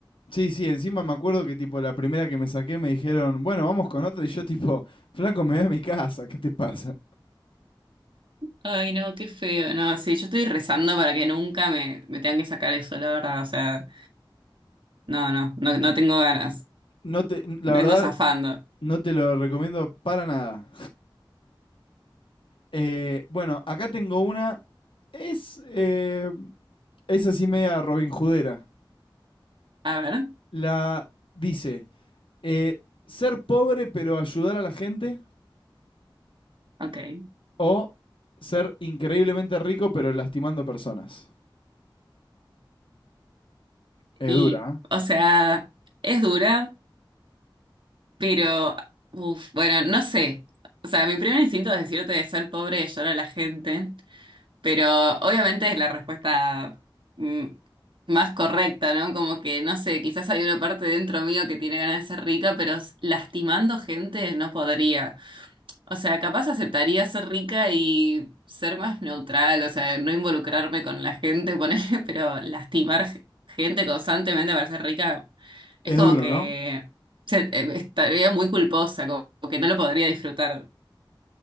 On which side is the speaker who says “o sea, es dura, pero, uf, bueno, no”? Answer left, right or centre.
Right